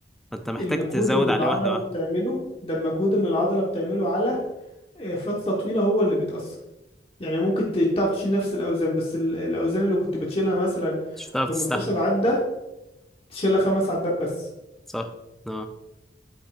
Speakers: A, in the centre; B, on the left.
A: فأنت محتاج
B: المجهود
A: تزود
B: اللي
A: عليه
B: العضلة
A: واحدة واحدة
B: بتعمله ده المجهود اللي العضلة بتعمله على آه، فترة طويلة هو اللي بيتأثر يعني ممكن ت- تعرف تشيل نفس الاوزان بس ال- الاوزان اللي كنت بتشيلها مثلا
A: مش هتعرف
B: 15
A: تستحمل
B: عدة تشيلها خمس عدات بس
A: صح اه